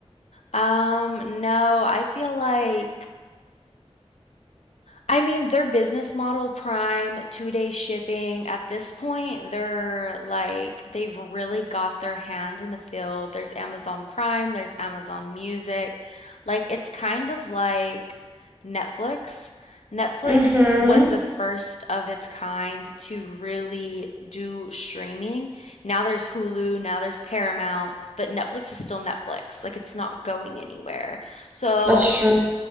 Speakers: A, on the left; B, on the right.
A: Um, no, I feel like I mean, their business model, Prime, two day shipping, at this point, they're like, they've really got their hand in the field. There's Amazon Prime, there's Amazon Music. Like, it's kind of like Netflix. Netflix
B: hmm
A: was the first of its kind to really do streaming. Now there's Hulu, now there's Paramount, but Netflix is still Netflix. Like, it's not going anywhere. So,
B: That's true.